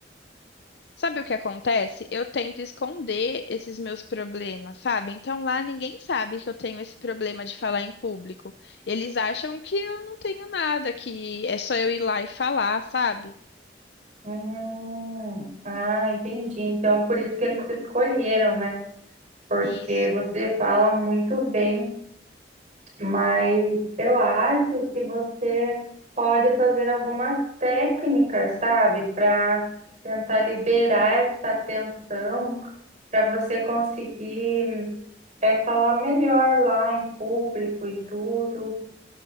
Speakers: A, on the left; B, on the right.
A: Sabe o que acontece? Eu tento esconder esses meus problemas, sabe? Então lá ninguém sabe que eu tenho esse problema de falar em público. Eles acham que eu não tenho nada, que é só eu ir lá e falar, sabe?
B: Hum, ah, entendi. Então, por isso que eles te escolheram, né? Porque
A: Isso.
B: você fala muito bem, mas eu acho que você pode fazer algumas técnicas, sabe? Para tentar liberar essa tensão, para você conseguir. É falar melhor lá em público e tudo,